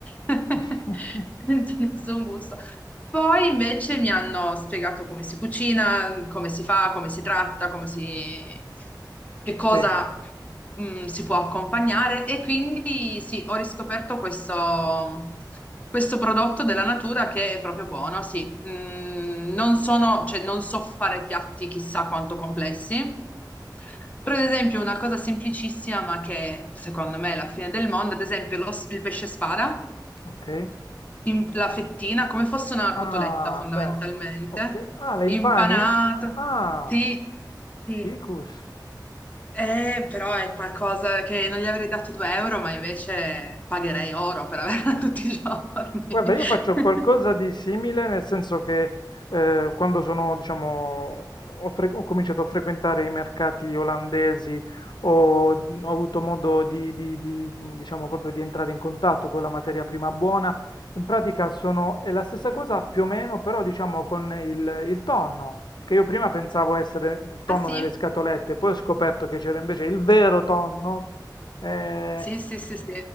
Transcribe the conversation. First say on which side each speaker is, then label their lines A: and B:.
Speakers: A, on the left; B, on the left.
A: <laughs>
B: <laughs>
A: senza nessun gusto. Poi invece mi hanno spiegato come si cucina, come si fa, come si tratta, come si... che cosa
B: Sì,
A: mm, si può accompagnare e quindi sì, ho riscoperto questo, questo prodotto della natura che è proprio buono, sì. Mm, non sono, cioè, non so fare piatti chissà quanto complessi. Per esempio, una cosa semplicissima, ma che secondo me è la fine del mondo, ad esempio lo s- il pesce spada
B: ok.
A: in- la fettina come fosse una cotoletta
B: Ah,
A: fondamentalmente,
B: beh, ok. Ah, la
A: impanata.
B: impani? Ah,
A: Sì, sì.
B: ficus.
A: Eh, però è qualcosa che non gli avrei dato 2 euro, ma invece pagherei oro per averla <laughs> tutti i giorni.
B: Guarda, io faccio
A: <laughs>
B: qualcosa di simile, nel senso che eh, quando sono, diciamo, ho, fre- ho cominciato a frequentare i mercati olandesi, ho, ho avuto modo di, di- di, diciamo, proprio di entrare in contatto con la materia prima buona. In pratica sono, è la stessa cosa più o meno, però diciamo con il, il tonno, che io prima pensavo essere il tonno
A: Ah sì?
B: nelle scatolette, poi ho scoperto che c'era invece il vero tonno. eh,
A: Sì, sì, sì, sì.